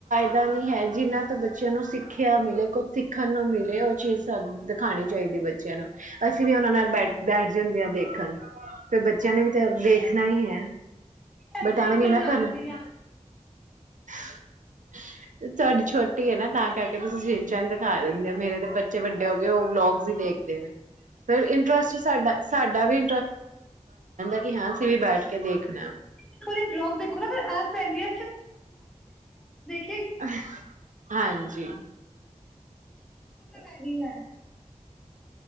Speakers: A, on the right; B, in the centre.
A: ਫਾਇਦਾ ਨਹੀਂਨ ਹੈ ਜਿਹਨਾਂ ਤੋਂ ਬੱਚਿਆਂ ਨੂੰ ਸਿੱਖਿਆ ਮਿਲੇ ਕੁਛ ਸਿੱਖਣ ਨੂੰ ਮਿਲੇ ਉਹ ਚੀਜ਼ ਸਾਨੂੰਦਿਖਾਉਣੀ ਚਾਹੀਦੀ ਬੱਚਿਆਂ ਨੂੰ। ਅਸੀਂ ਵੀ ਉਹਨਾ ਨਾਲ ਬੈਠ-ਬੈਠ ਜਾਂਦਿਆ ਦੇਖਣ ਫੇਰ ਬੱਚਿਆਂ ਨੇ ਵੀ ਤਾਂ ਦੇਖਣਾ ਹੀ ਹੈ।
B: ਮੈਂ
A: ਬਟ
B: ਤਾਂ ਸ਼ਿੰਜਾ
A: ਐਵੇ ਨੀ ਨਾ
B: ਲਾ
A: ਕਰਨਾ।
B: ਲੈਂਦੀ
A: <inaudible>
B: ਹਾਂ
A: <inaudible> ਤੁਹਾਡੀ ਛੋਟੀ ਹੈ ਨਾ ਤਾਂ ਕਰਕੇ ਤੁਸੀਂ ਛਿਨ ਚੈਨ ਦਿਖਾ ਦਿੰਦੇ ਹੋ। ਮੇਰੇ ਤੇ ਬੱਚੇ ਵੱਡੇ ਹੋ ਗਏ ਉਹ ਵਲੋਗਸ ਹੀ ਦੇਖ ਦੇ ਨੇ। ਫਿਰ ਇੰਟਰਸਟ ਸਾਡਾ- ਸਾਡਾ ਵੀ <inaudible> ਕਿ
B: ਇੱਕ
A: ਹਾਂ ਅਸੀਂ
B: ਵਾਰੀ
A: ਵੀ ਬੈਠ ਕੇ ਦੇਖਣਾ
B: ਇੱਕ ਵਾਰੀ ਬਲੋਕ ਦੇਖੋ ਨਾ ਫੇਰ ਆਦਤ ਪੈ ਜਾਂਦੀ ਏ <unintelligible>
A: ਆਹ ਹਾਂਜੀ।
B: <unintelligible>